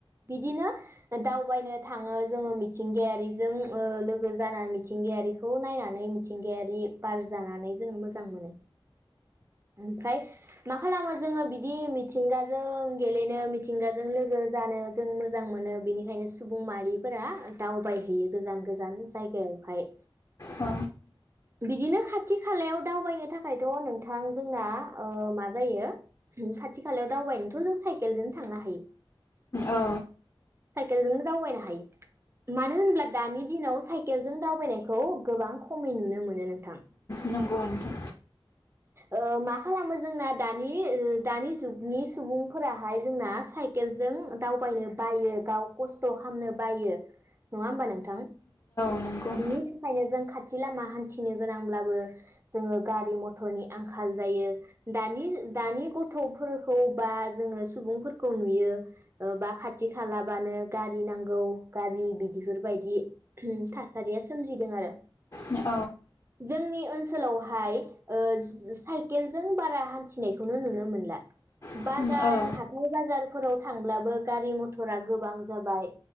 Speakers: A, on the right (about 30°); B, on the left (about 40°).
A: बिदिनो दावबायनो थाङो जोङो मिथिंगायारिजों लोगो जानानै मिथिंगायारिखौ नायनानै मिथिंगायारि बार जानानै जोङो मोजां मोनो। ओमफ्राय मा खालामो जोङो बिदि मिथिंगाजों गेलेनो मिथिंगाजों लोगो जानो जों मोजां मोनो बिनिखायनो सुबुं माहारिफोरा दावबायहैयो गोजान गोजान जायगायावहाय।
B: औ।
A: बिदिनो खाथि खालायाव दावबायनो थाखायथ' नोंथां जोंना ओ मा जायो खाथि खालायाव दावबायनोथ' जों साइकेलजों थांनो हायो।
B: ओ।
A: साइकेलजोंनो दावबायनो हायो। मानो होनोब्ला दानि दिनाव साइकेलजों दावबायनायखौ गोबां खमै नुनो मोनो नोंथां।
B: नंगौ नोंथां।
A: ओ मा खालामो जोंना दानि दानि जुगनि सुबुंफोराहाय जोंना साइकेलजों दावबायनो बायो गाव खस्थ' खामनो बायो। नङा होमबा नों थां?
B: औ नंगौ
A: बिनि थाखायनो जों खाथि बो लामा हान्थिनो गोनांब्लाबो जोङो गारि म थरनि आंखाल जायो। दानि दानि गथ'फोरखौ बा जोङो सुबुंफोरखौ नुयो बा खाथि खालाबानो गारि नांगौ, गारि बिदिफोरबायदि थासारिया सोमजिदों आरो।
B: नोंथां
A: जोंनि ओन सोलावहाय ओ साइकेलजों बारा हान्थिनायखौनो नुनो मोनला।
B: औ
A: बाजार
B: औ
A: हाथाइ बाजार फोराव थांब्लाबो गारि मथरा गोबां जाबाय।